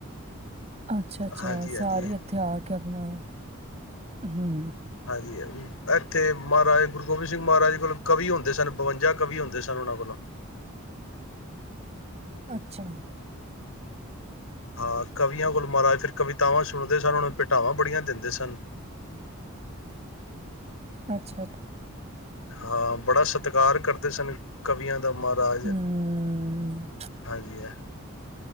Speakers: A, on the right (about 30°); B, on the left (about 75°).
A: ਅੱਛਾ-ਅੱਛਾ
B: ਹਾਂਜੀ ਹਾਂਜੀ
A: ਸਾਰੇ ਇੱਥੇ ਆ ਕੇ ਆਪਣਾ ਹੂੰ
B: ਹਾਂਜੀ ਇੱਥੇ ਮਹਾਰਾਜਾ ਗੁਰੂ ਗੋਬਿੰਦ ਸਿੰਘ ਮਹਾਰਾਜ ਕੋਲ ਕਵੀ ਹੁੰਦੇ ਸਨ ਬਵੰਜਾ ਕਵੀ ਹੁੰਦੇ ਸਨ ਉਹਨਾਂ ਕੋਲੋਂ।
A: ਅੱਛਾ
B: ਹਾਂ ਕਵੀਆਂ ਕੋਲ ਮਹਾਰਾਜ ਫਿਰ ਕਵਿਤਾਵਾਂ ਸੁਣਦੇ ਸਨ ਓਹਨਾਂ ਨੂੰ ਭੇਟਾਵਾਂ ਬੜੀਆਂ ਦਿੰਦੇ ਸਨ।
A: ਅੱਛਾ
B: ਹਾਂ ਬੜਾ ਸਤਿਕਾਰ ਕਰਦੇ ਸਨ। ਕਵੀਆਂ ਦਾ ਮਹਾਰਾਜ,
A: ਹੂੰ,
B: ਹਾਂਜੀ ਹੈ।